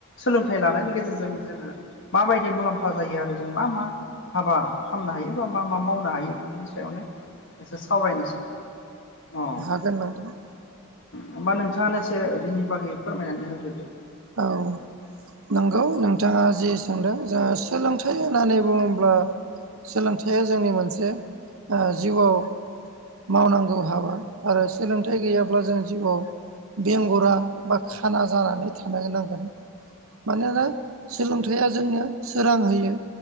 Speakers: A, on the left; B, on the right.
A: सोलोंथाइ लानायनि गेजेरजों जोङो माबायदि मुलाम्फा जायो आरो जों मा मा। हाबा खामनो हायो बा मा मा मावनो हायो बेफोरनि सायावनो। एसे सावरायनोसै अ
B: गोन नोंथां।
A: होमबा नोंथाङानो एसे बिनि बागै फोरमायनानै होग्रोदो।
B: औ नंगौ नोंथाङा जि सोंदों जोङो सोलोंथाइ होननानै बुङोब्ला। सोलोंथाइया जोंनि मोनसे ओ जिउआव। मावनांगौ हाबा आरो सोलोंथाइ गैयाब्ला जों जिउआव। बेंगुरा बा खाना जानानै थानो नांगोन। मानोना सोलोंथाइया जोंनो सोरां होयो।